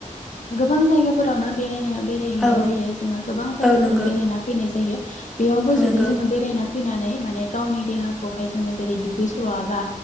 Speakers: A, on the left (about 65°); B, in the centre.
A: गोबां जायगाफोरावनो बेरायनायाव बेराय हैनाय
B: औ
A: जायो जोङो गोबां जायगाफोराव
B: औ नंगौ
A: बेरायना फैनाय जायो बेयावबो जुदि
B: नंगौ
A: जोङो बेरायना फैनानै माने गावनि देहाखौहाय जोङो जेरै दुगै स्रबा